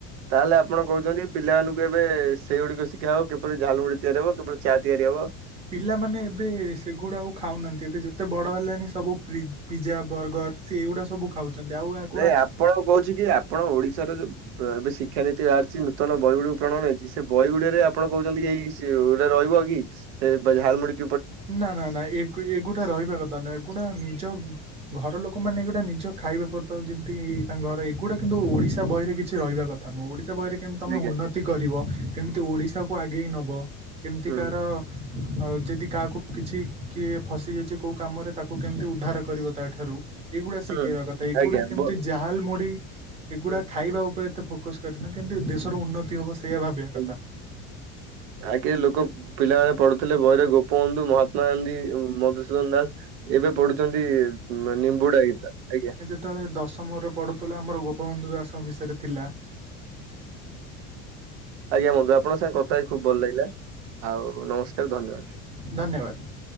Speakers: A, on the right; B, on the right.
A: ତାହେଲେ ଆପଣ କହୁଛନ୍ତି ପିଲାମାନଙ୍କୁ ଏବେ ସେଇଗୁଡି଼କ ଶିଖା ହବ କିପରି ଝାଲ୍ ମୁୁଢି ତିଆରି ହେବ କିପରି ଚା ତିଆରି ହେବ।
B: ପିଲାମାନେ ଏବେ ସେଗୁଡା ଆଉ ଖାଉନାହାନ୍ତି ଏବେ ଯେତେ ବଡ ହେଲାଣି ସବୁ ପ୍ରୀ ପିଜା ବର୍ଗର୍ ସେ ଏଇଗୁଡ଼ା ସବୁ ଖାଉଛନ୍ତି ଆଉ ଏହାଗୁଡା଼
A: ନାଇଁ ଆପଣ କହୁଛି କି ଆପଣ ଓଡିଶାର ଯୋଉ ଏବେ ଶିକ୍ଷାନୀତି ବାହାରିଛି ନୂତନ ବହି ଗୁଡି଼କୁ ପ୍ରଣୟନ ହେଇଛି ସେ ବହିଗୁଡିରେ ଆପଣ କହୁଛନ୍ତି କି ଏଇ ଗୋଟା ରହିବ କି ସେ ବା ଝାଲ୍ ମୁଢି।
B: ନା ନା ନା ଏଗୁ ଏଗୁଡା ରହିବା କଥା ନା ଏଗୁଡା ନିଜ ଘର ଲୋକମାନେ ଏଗୁଡା ନିଜ ଖାଇବା ପତ୍ର ଯେତିକି ତାଙ୍କ ଘର ଏଗୁଡା କିନ୍ତୁ ଓଡିଶା ବହିରେ କିଛି ରହିବା କଥା ଥା ନୁହଁ ଓଡ଼ିଶା ବହିରେ କେମିତି ତମେ
A: ଆଜ୍ଞା
B: ଉନ୍ନତି କରିବ କେମିତି ଓଡ଼ିଶାକୁ ଆଗେଇ ନେବ କେମିତି
A: ହୁଁ
B: କାହାର ଆଉ ଯଦି କାହା କି କିଛି ଫସିଯାଇଛି କେଉଁ କାମରେ ତାକୁ କେମିତି ଉଦ୍ଧାର କରିବ ତାଠାରୁ ଏଗୁଡ଼ା ଶିଖେଇବା
A: ହୁଁ
B: କଥା ଏଗୁଡା
A: ଆଜ୍ଞା
B: କେମତି
A: ବ
B: ଜା ଝାଲ୍ ମୁଢ଼ୀ ଏଗୁଡ଼ା
A: ହୁଁ।
B: ଖାଇବା ଉପରେ ଏତେ ଫୋକସ୍ କରେନା କିନ୍ତୁ ଦେଶର ଉନ୍ନତି ହେବ ସେଇଆ ଭାବିବା
A: ହୁଁ
B: କଥା।
A: ଆଗେ ଲୋକ ପିଲାମାନେ ପଢୁଥିଲେ ବହିରେ ଗୋପବନ୍ଧୁ ମହାତ୍ମା ଗାନ୍ଧୀ ମଧୁସୂଦନ ଦାସ ଏବେ ପଢୁଛନ୍ତି ନିମ୍ବୁଡା ଗୀତ ଆଜ୍ଞା।
B: ସେତେବେଳେ ଦଶମରେ ପଢୁଥିଲେ ଆମର ଗୋପବନ୍ଧୁ ଦାସ ଙ୍କ ବିଷୟରେ ଥିଲା।
A: ଆଜ୍ଞା ବନ୍ଧୁ ଆପଣଙ୍କ ସାଙ୍ଗେ କଥା ହେଇ ଖୁବ ଭଲ ଲାଗିଲା ଆଉ ନମସ୍କାର ଧନ୍ୟବାଦ।
B: ଧନ୍ୟବାଦ।